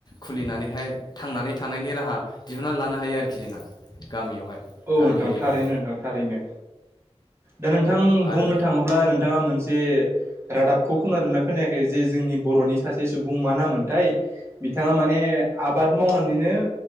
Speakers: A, on the left; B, on the right.
A: खुलिनानैहाय थांनानै थानायनि राहा दिहुनन्नानै लानो हायो आरोखि जोंहा गामियावहाय
B: औ
A: गामि
B: नोंथां
A: एरियायाव
B: थारैनो नोंथां थारैनो दा नोंथां
A: आरो
B: बुंनो थाङोब्ला नोंथाङा मोनसे रादाबखौ खोनादों ना? खोनायाखै जे जोंनि बर'नि सासे सुबुं मा नामोनथाय बिथाङा माने आबाद मावनानैनो